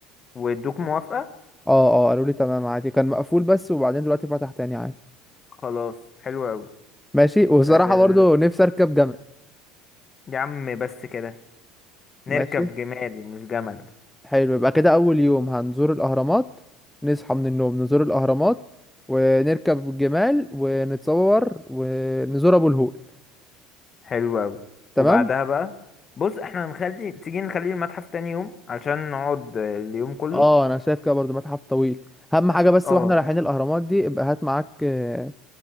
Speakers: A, on the left (about 35°); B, in the centre.
A: وادوك موافقة
B: اه اه قالوا لي تمام عادي كان مقفول بس وبعدين دلوقتي فتح تاني عادي
A: خلاص حلو أوي
B: ماشي وصراحه
A: أه
B: برضو نفسي اركب جمل
A: يا عم بس كده نركب
B: ماشي
A: جمال مش جمل
B: حلو يبقى كده اول يوم هنزور الاهرامات نصحى من النوم نزور الاهرامات ونركب الجمال ونتصور ونزور ابو الهول
A: حلو أوي
B: تمام
A: وبعدها بقى بص احنا هنخلي تيجي نخلي المتحف تاني يوم علشان نقعد آه، اليوم كله
B: اه انا شايف كده برضو متحف طويل اهم حاجه بس
A: اه
B: واحنا رايحين الاهرامات دي ابقى هات معاك آه،